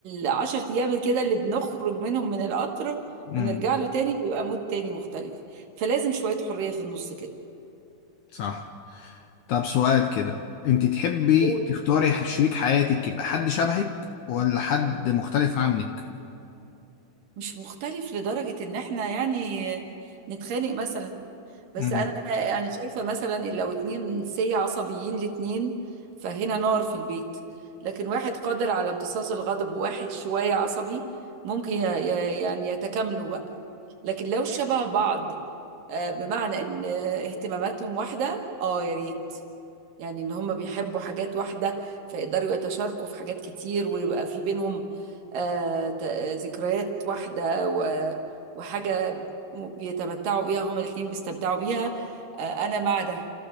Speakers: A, on the right; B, on the left.
A: العشر ايام كده اللي بنخرج منهم من القطر
B: مم.
A: ونرجع له تاني بيبقى مود تاني مختلف فلازم شوية حرية في النص كده
B: صح طب سؤال كده انت تحبي
A: قول
B: تختاري ح- شريك حياتك يبقى حد شبهك ولا حد مختلف عنك
A: مش مختلف لدرجة ان احنا يعني نتخانق مثلا بس
B: مم.
A: انا يعني شايفة مثلا إن لو اتنين سي عصبيين الاتنين فهنا نار في البيت لكن واحد قادر على امتصاص الغضب وواحد شوية عصبي ممكن ي- ي- يعني يتكاملوا بقى لكن لو شبه بعض آه، بمعنى ان اهتماماتهم واحدة اه يا ريت يعني ان هم بيحبوا حاجات واحدة فيقدروا يتشاركوا في حاجات كتير ويبقى في بينهم آه، ت- ذكريات واحدة و- وحاجة م- بيتمتعوا بيها هما الاتنين بيستمتعوا بيها آه، انا مع ده